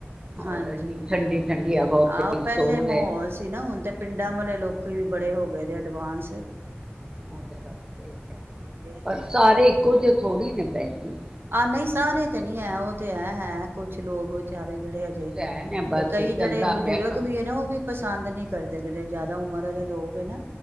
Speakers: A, on the right; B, on the right.
A: ਹਾਂਜੀ
B: ਔਰ ਇੰਨੀ ਠੰਡੀ ਠੰਡੀ ਹਵਾ, ਉੱਥੇ
A: ਆਹ ਉਹ ਪਹਿਲੇ
B: ਸੋ
A: ਮਾਹੌਲ
B: ਗਏ।
A: ਸੀ ਨਾ ਹੁਣ ਤੇ ਪਿੰਡਾਂ ਵਾਲੇ ਲੋਕੀ ਵੀ ਬੜੇ ਹੋ ਗਏ ਦੇ, ਅਡਵਾਂਸ
B: ਉਹ ਤੇ ਗੱਲ ਸਹੀ ਐ,
A: ਆ
B: ਪਰ ਸਾਰੇ ਇੱਕੋ ਜੇ ਥੋੜ੍ਹੀ ਨੇ ਭੈਂਜੀ
A: ਆਹ ਨਹੀਂ ਸਾਰੇ ਤੇ ਨੀ ਹੈ ਉਹ ਤੇ ਐ ਹੈ ਕੁਛ ਲੋਕ ਵਿਚਾਰੇ ਜਿਹੜੇ ਅਜੇ
B: ਕੁਛ ਹੈ ਨੇ ਬਸ
A: ਕਈ
B: ਚੱਲਦਾ
A: ਜਿਹੜੇ ਬਜ਼ੁਰਗ
B: ਪਿਆ ਕੰਮ
A: ਵੀ ਹੈ ਨਾ ਉਹ ਵੀ ਪਸੰਦ ਨਹੀਂ ਕਰਦੇ ਜਿਹੜੇ ਜ਼ਿਆਦਾ। ਉਮਰ ਵਾਲੇ ਲੋਕ ਹੈ ਨਾ